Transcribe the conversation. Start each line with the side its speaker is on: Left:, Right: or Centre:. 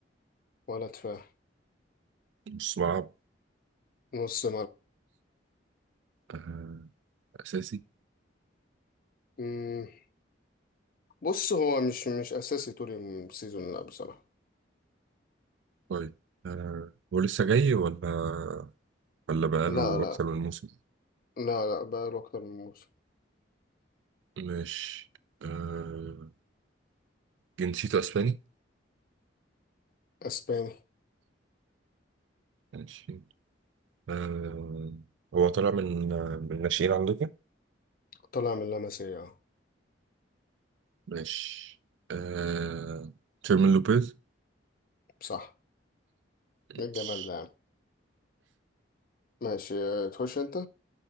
Left: ولا دفاع
Right: نص ملعب
Left: نص
Right: آه، أساسي
Left: ملعب بص هو مش مش اساسي طول السيزون لا بصراحه
Right: طيب آه، هو لسه جاي ولا ولا بقاله
Left: لا لا
Right: أكتر من موسم
Left: لا لا بقى له اكتر من موسم
Right: مش آه، جنسيته أسباني
Left: اسباني
Right: ماشي آه، هو طالع من آه، من الناشئين عندكم
Left: طلع من لاماسيا أهو.
Right: ماشي آه، تشيرمين لوبيز
Left: صح
Right: ماشي
Left: إيه الجمال ده يا عم. ماشي آه، تخش انت